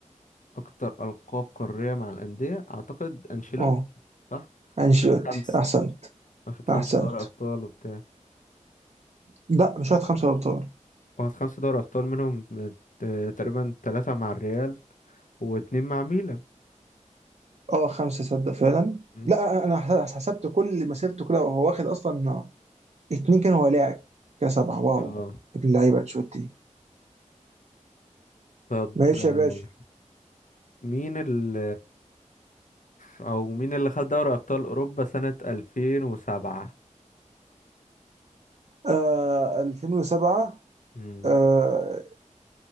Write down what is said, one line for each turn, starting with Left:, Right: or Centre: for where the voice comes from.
Left: أكتر ألقاب قارية مع الأندية أعتقد أنشيلوتي
Right: اه
Left: صح؟
Right: انشيلوتي
Left: واخد خمسة
Right: احسنت
Left: واخد خمسة
Right: احسنت
Left: دوري أبطال وبتاع
Right: لا مش واخد خمسه ابطال
Left: واخد خمسة دوري أبطال منهم مت- تقريبا تلاتة مع الريال واتنين مع ميلان
Right: اه خمسه صدق فعلا
Left: مم.
Right: لا انا أنا حس- حسبت كل مسيرته كلها وهو واخد اصلا اتنين كان هو لاعب كده سبعه واو
Left: اه
Right: ابن اللعيبه انشيلوتي
Left: طب
Right: ماشي
Left: آه،
Right: يا باشا
Left: مين ال أو مين اللي خد دوري أبطال أوروبا سنة ألفين وسبعة؟
Right: آه 2007
Left: مم.
Right: آه